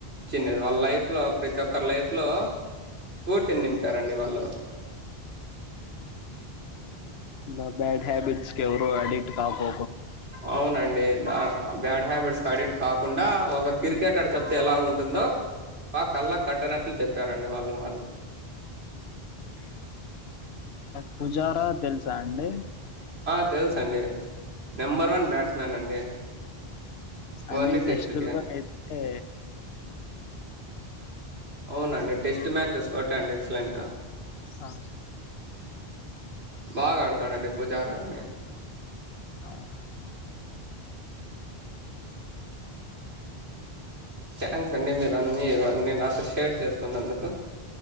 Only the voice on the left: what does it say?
అవునండి.
ఇ బ్యాడ్ హ్యాబిట్స్ కీ ఎవరు అడిట్ కాకో
పుజారా తెలుసా అండి
ఐ
మీన్
టెస్ట్లో
అయితేతే
ఆ
అవు